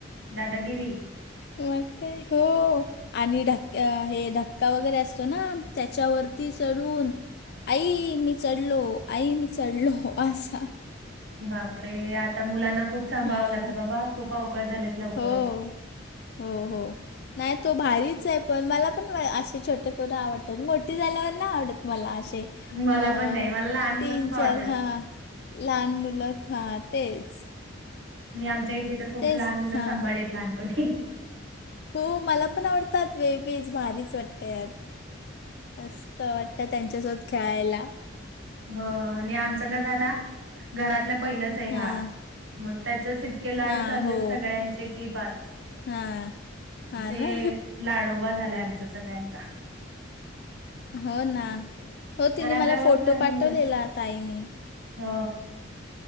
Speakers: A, on the right (about 70°); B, on the left (about 50°).
A: दादागिरी
B: मग काय, हो आणि ढक हे ढक का वगैरे असतो ना, त्याच्यावरती चढून आई. आई मी चढलो. आई मी चढलो आसा.
A: बापरे आता मुलांना खूप सांभाळावं
B: हां
A: लागतं, बाबा खूप अवकळ झालेत. लवकरच.
B: हो. हो. हो. नाही तो भारीच आहे. पण मला पण असे छोटे पोरं आवडतात, मोठे झाल्यावर नाही आवडत मला असे.
A: मला
B: अ,
A: पण नाही, मला लहान मुलं
B: तीन
A: खूप आवडतात.
B: चार हां लहान मुलं हा तेच.
A: मी आमच्या इथली तर खूप
B: तेच
A: लहान मुलं
B: हां
A: सांभाळलेत लहानपणी.
B: हो मला पण आवडतात. बेबीज भारीच वाटते यार. मस्त वाटतं त्यांच्यासोबत खेळायला.
A: हो. आणि आमचं कस आता, घरातल पहिलंच आहे
B: हां
A: हा, मग त्यांचंच े लाड
B: हां
A: चालू
B: हो
A: आहेत सगळ्यांचे कि बस
B: हां हां
A: ते
B: ना
A: लाडोबा झालाय आमचा सगळ्यांचा
B: हो ना हो तिने
A: आणि आता
B: मला
A: रोज
B: फोटो
A: नवीन
B: पाठवलेला
A: घर
B: ताईने
A: हो